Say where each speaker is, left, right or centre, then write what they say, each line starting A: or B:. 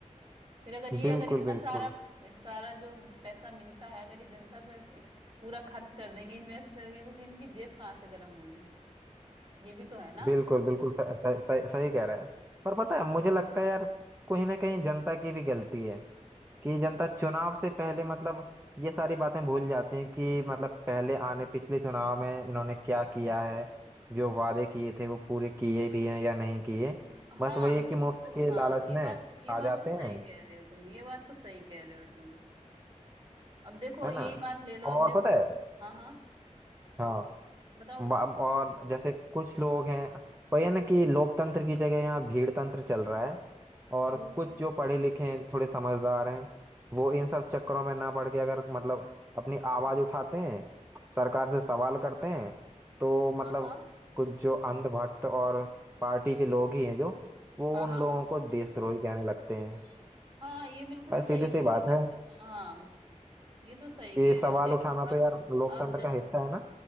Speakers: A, on the right (about 45°); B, on the right (about 15°).
A: फिर अगर ये
B: बिल्कुल
A: अगर इतना
B: बिल्कुल
A: सारा सारा जो पैसा मिलता है अगर ये जनता पे पूरा खर्च कर देंगे इन्वेस्ट कर देंगे तो इनकी जेब कहाँ से गर्म होगी ये भी तो है ना
B: बिल्कुल बिल्कुल सही सही सही कह रहा है पर पता है मुझे लगता है यार कहीं ना कहीं जनता की भी गलती है कि जनता चुनाव से पहले मतलब ये सारी बातें भूल जाते हैं कि मतलब पहले आने पिछले चुनाव में इन्होंने क्या किया है जो वादे किए थे वो पूरे किए भी हैं या नहीं किए
A: हाँ
B: बस वही है
A: बिल्कुल
B: कि मुफ्त के
A: हाँ
B: लालच
A: ये
B: में
A: बात ये
B: आ
A: बात
B: जाते
A: तो सही
B: हैं
A: कह रहे हो तुम ये बात तो सही कह रहे हो तुम अब देखो
B: है
A: यही
B: ना
A: बात ले लो अब
B: और
A: देखो
B: पता है
A: हाँ हाँ
B: हाँ
A: बताओ बताओ
B: बा- और जैसे कुछ लोग हैं वही है ना कि लोकतंत्र की जगह यहाँ भीड़ तंत्र चल रहा है और
A: हम्म
B: कुछ जो पढ़े लिखे हैं थोड़े समझदार हैं वो इन सब चक्करों में ना पड़ के अगर मतलब अपनी आवाज उठाते हैं सरकार से सवाल करते हैं तो
A: हाँ
B: मतलब
A: हाँ
B: कुछ जो अंधभक्त और पार्टी के लोग ही हैं जो वो
A: हाँ
B: उन
A: हाँ
B: लोगों को देशद्रोही कहने लगते हैं
A: हाँ ये बिल्कुल
B: भाई
A: सही
B: सीधी सी
A: बोल
B: बात
A: रहे
B: है
A: थे हाँ हाँ ये तो सही
B: कि
A: कह रहे
B: सवाल
A: हो देख
B: उठाना
A: लो
B: तो
A: अब
B: यार लोकतंत्र
A: अब ज-
B: का हिस्सा है ना